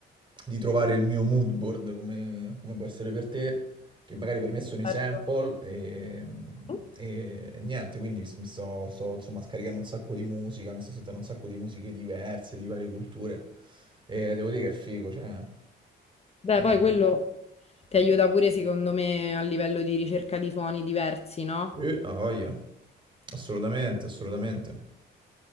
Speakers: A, on the right; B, on the left.
A: di trovare il mio mood board, come, come può essere per te, che magari per me sono i
B: certo.
A: sample e,
B: Mhm.
A: e niente, quindi mi sto, sto, insomma scaricando un sacco di musica, mi sto sentendo un sacco di musiche diverse, di varie culture e devo dire che è figo, cioè...
B: Beh,
A: eh.
B: poi quello ti aiuta pure, secondo me, a livello di ricerca di suoni diversi, no?
A: Eh, ha voglia. Assolutamente, assolutamente.